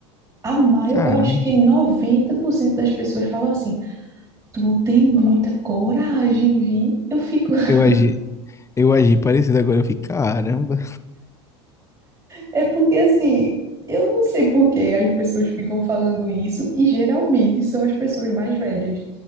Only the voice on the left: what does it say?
Caramba,
eu agi, eu agi parecido agora, eu fico, caramba.